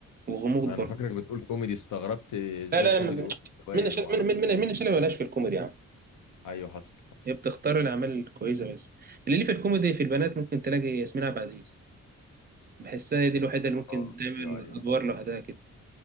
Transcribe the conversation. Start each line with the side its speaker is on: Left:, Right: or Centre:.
Right: وغموض
Left: انا
Right: برضه
Left: فاكرك بتقول كوميدي استغربت ازاي
Right: لا لا
Left: كوميدي
Right: لا، من
Left: وجايز
Right: من
Left: وما اعرفش
Right: من من من اللي مالهاش في الكوميدي يا عم
Left: ايوه حصل حصل
Right: هي بتختار الأعمال الكويسة بس اللي ليه في الكوميدي في البنات ممكن تلاقي ياسمين عبد العزيز بحسها هي دي الوحيدة اللي
Left: آه،
Right: ممكن تعمل
Left: ايوه ايوه
Right: أدوار لوحدها كده